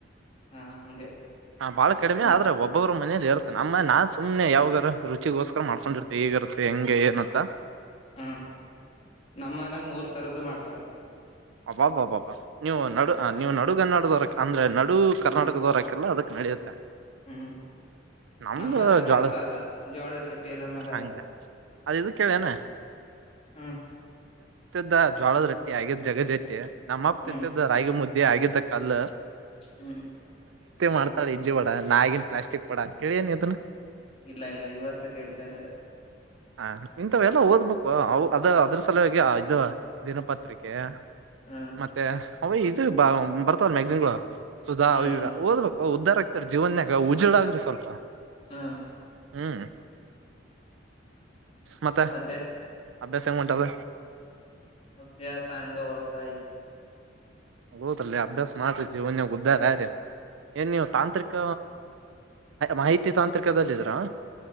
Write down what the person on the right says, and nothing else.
ಹ ಬಹಳ ಕಡಿಮೆ,
ಆದ್ರೆ ಒಬ್ಬೊಬ್ಬ್ರ ಮನೇಲಿ ಹೇಳ್ತೀನಿ. ಆಮೇಲೆ ನಾನ್ ಸುಮ್ನೆ ಯಾವ ಈಗ ರುಚಿಗೋಸ್ಕರ ಮಾಡ್ಕೊಂಡಿರ್ತೆ ಹೇಗಿರುತ್ತೆ ಹೆಂಗೆ ಏನಂತ
ಅ ಬ್ಬಾಬ್ಬಬ್ಬಬ ನೀವು ನಡು ಹ ನೀವು ನಡುಗನ್ನಡದವರ? ಅಂದ್ರೆ ನ
ಕರ್ನಾಟಕದೋರ್ ಹಾಕಲ್ಲ ಅದಕ್ ನಡೆಯುತ್ತೆ
ನಮ್ದು
ಜ್ವಾಳ
ಹಂಗ ಅದ ಇದು ಕೇಳೇನ
ದ ಜೋಳದ ರೊಟ್ಟಿ ಹಾಗೆ ಜಗದೆತ್ತಿ ನಮ್ಮಪ್
ತಿಂತಿದ ರಾಗಿ ಮುದ್ದಿ ಆಗಿದ್ದ ಕಲ್ಲ
ಮಾಡ್ತಳ ಇಡ್ಲಿ ವಡ. ನಗಿನ್ ಪ್ಲಾಸ್ಟಿಕ್ ವಡ ಕೇಳೇನ್ ನೀ ಅದನ್ನ?
ಹಾ ಇಂಥವೆಲ್ಲ ಓದ್ಬೇಕು. ಅವ ಅದ ಅದ್ರ ಸಲುವಾಗಿ, ಇದು ದಿನಪತ್ರಿಕೆ
ಮತ್ತೆ ಅವ ಇದು ಬ ಬರ್ತವ ಮ್ಯಾಗಸಿನ್ಗಳು ಸುಧಾ,
ಈಗ
ಓದ್ಬೇಕು ಉದ್ದಾರಕ್ಕೆ ಜೀವನ್ಯಾಗ ಉಜ್ವಲ ಆಗ್ರಿ ಸ್ವಲ್ಪ
ಹ್ಮ್ ಮತ್ತ
ಅಭ್ಯಾಸ ಹೆಂಗ ಹೊಂಟದ
ಹೌದಲ್ಲೇ ಅಭ್ಯಾಸ ಮಾಡ್ರಿ, ಜೀವನದಾಗ ಉದ್ಧಾರ ಆಗ್ರಿ, ಏನ್ ನೀವು ತಾಂತ್ರಿಕ ಮಾಹಿತಿ ತಾಂತ್ರಿಕದಲ್ಲಿದ್ರಾ?